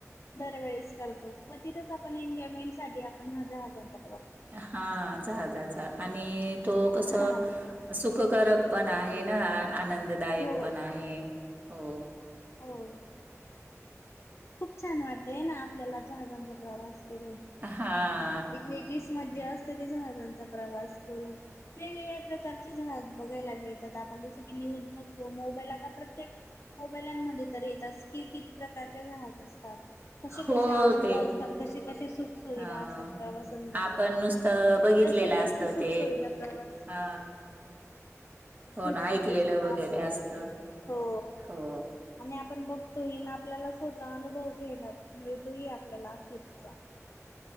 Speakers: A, on the left (about 55°); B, on the right (about 35°).
A: दरवेेळेस करतो. मग तिथंच आपण एन्जॉयमेंटसाठी आपण हजार- हजारचा
B: हा जाहाजाचा. आणि तो कस,
A: हा
B: सुखकारक पण आहे ना. आ आनंददायक
A: हो
B: पण आहे. हो.
A: हो. खूप छान वाटतं है ना, आपल्याला जहाजांचा प्रवास. करून.
B: हा.
A: एक वेगळीच मज्जा असते ते जहाजांचा प्रवास करून वेगवेगळ्या प्रकारचे जहाज.. ायला आप ज क न्यू बघतो मो आ प्रत मो येत. कि किती प्रकारच्या जहाज असत. कसे
B: हो,
A: कसे आनंद
B: ते
A: असतात कसे कसे सुख सुुविधा
B: हा
A: असत. प्रवासांमध्ये
B: आपण नुसतं बघितलेलं
A: जास्तीत जास्त
B: असतं
A: सुखसोविधा
B: ते
A: प्रवास.
B: हा
A: स्प
B: हो ना ऐकलेलं
A: म
B: वगैरे
A: आपल्यालायच
B: असत
A: हो
B: हो
A: आणि आपण बघतो. आपल्याला स्वतः अनुभव घ्यायला मिळतो ह आपल्याला शिपचा.